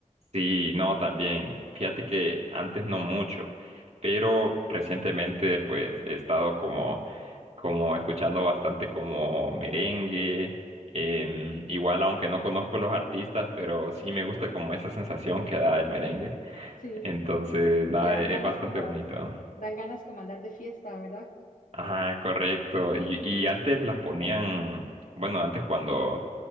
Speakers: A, on the right; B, on the left.
A: Sí, no, también. Fíjate que antes no mucho, pero recientemente pues he estado como, como escuchando bastante como merengue. em, igual aunque no conozco los artistas, pero sí me gusta como esa sensación que da el merengue.
B: sí,
A: Entonces, nada,
B: que dan
A: es
B: ganas
A: es bastante
B: como,
A: bonito.
B: dan ganas como andar de fiesta, ¿verdad?
A: Ajá, correcto. Y, y antes las ponían, bueno, antes cuando,